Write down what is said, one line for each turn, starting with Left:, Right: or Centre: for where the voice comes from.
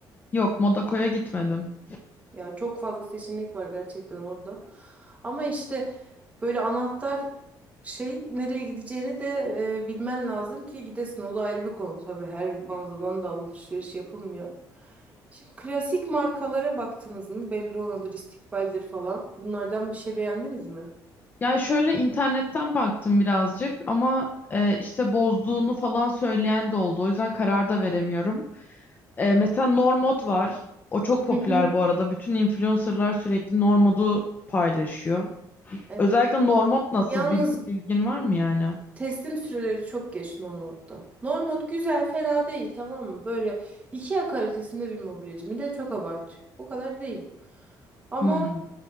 Left: Yok, Monaco'ya gitmedim.
Right: Ya çok fazla seçenek var gerçekten orada. Ama işte böyle anahtar şey nereye gideceğini de e, bilmen lazım ki gidesin. O da ayrı bir konu tabii. Her mağazadan da alışveriş yapılmıyor. Şimdi klasik markalara baktınız mı? Bellona'dır, İstikbal'dir falan. Bunlardan bir şey beğendiniz mi?
Left: Yani şöyle internetten baktım birazcık ama e, işte bozduğunu falan söyleyen de oldu. O yüzden karar da veremiyorum. E, mesela Normod var. O çok popüler
Right: Hı hı.
Left: bu arada. Bütün influencerlar sürekli Normod'u paylaşıyor.
Right: Evet.
Left: Özellikle Normod nasıl?
Right: Yalnız
Left: Bil- bilgin var mı yani?
Right: teslim süreleri çok geç Normod'da. Normod güzel, fena değil tamam mı? Böyle IKEA kalitesinde bir mobilyacı. Millet çok abartıyor. O kadar değil. Ama
Left: Hmm.